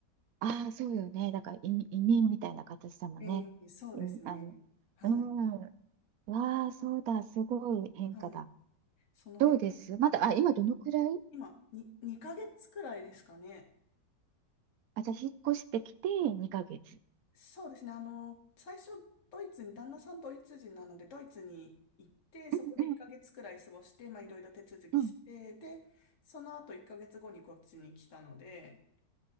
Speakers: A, on the right; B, on the left.
A: ああ、そうよね。だから移民、移民みたいな形だもんね。
B: えーそうですね。
A: うん、あの、
B: はい。
A: うん。わあ、そうだ。すごい変化だ。
B: はい。その辺、
A: どうですまだ、あ、今どのくらい
B: 今、に、2ヶ月くらいですかね。
A: あ、じゃあ、引っ越してきて2ヶ月。
B: そうですね。あの、最初、ドイツに、旦那さんドイツ人なので、ドイツに行って、そこで1ヶ月くらい過ごして、
A: うん
B: まあ、いろいろ手続きして、
A: うんうん。
B: で、その後1ヶ月後にこっちに来たので、